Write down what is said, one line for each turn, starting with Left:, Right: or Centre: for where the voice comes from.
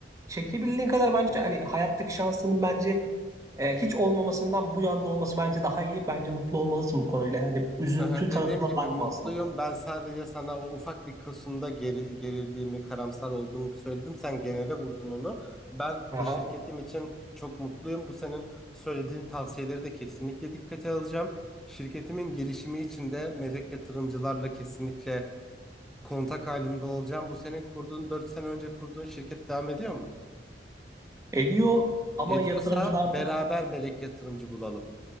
Right: çekebildiğin kadar bence hani hayattaki şansının bence e, hiç olmamasından bu yanda olması bence daha iyi. Bence mutlu olmalısın bu konuyla. Yani üzüntü
Centre: Hı hı,
Right: tarafına
Centre: Dediğim gibi
Right: bakma
Centre: mutluyum.
Right: asla.
Centre: Ben sadece sana o ufak bir kısımda geri, gerildiğimi, karamsar olduğumu söyledim. Sen genele vurdun onu. Ben bu
Right: Aha.
Centre: şirketim için çok mutluyum. Bu senin söylediğin tavsiyeleri de kesinlikle dikkate alacağım. Şirketimin gelişimi için de melek yatırımcılarla kesinlikle kontak halinde olacağım. Bu senin kurduğun 4 sene önce kurduğun şirket devam ediyor mu?
Right: Ediyor ama
Centre: Ediyorsa
Right: yatırımcılarda
Centre: beraber melek yatırımcı bulalım.